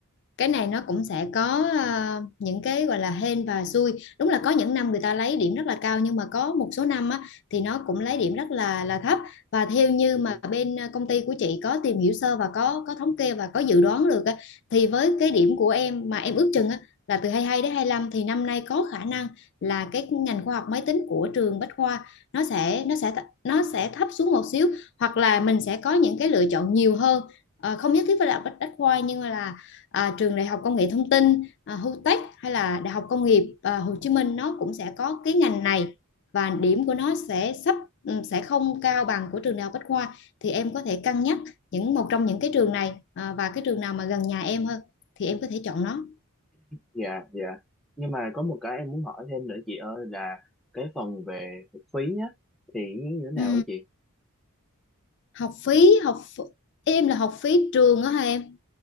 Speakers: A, on the left; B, in the centre.
A: cái này nó cũng sẽ có ờ, những cái gọi là hên và xui đúng là có những năm người ta lấy điểm rất là cao nhưng mà có một số năm á, thì nó cũng lấy điểm rất là là thấp và theo như
B: Ừ.
A: mà bên ờ, công ty của chị có tìm hiểu sơ và có có thống kê và có dự đoán được á, thì với cái điểm của em mà em ước chừng á, là từ hai mươi hai đến hai mươi lăm thì năm nay có khả năng là cái ngành khoa học máy tính của trường Bách Khoa nó sẽ nó sẽ nó sẽ thấp xuống một xíu hoặc là mình sẽ có những cái lựa chọn nhiều hơn Ờ, không nhất thiết phải là Bách Bách Khoa nhưng mà là à, trường đại học công nghệ thông tin à, HUTECH hay là đại học công nghiệp à, Hồ Chí Minh nó cũng sẽ có cái ngành này và điểm của nó sẽ sắp ừ, sẽ không cao bằng của trường đại học Bách Khoa thì em có thể cân nhắc những một trong những cái trường này à, và cái trường nào mà gần nhà em hơn thì em có thể chọn nó
B: dạ dạ nhưng mà có một cái em muốn hỏi thêm nữa chị ơi là cái phần về phí nhá thì như thế nào
A: ừ.
B: á chị
A: học phí học ph- em là học phí trường đó hả em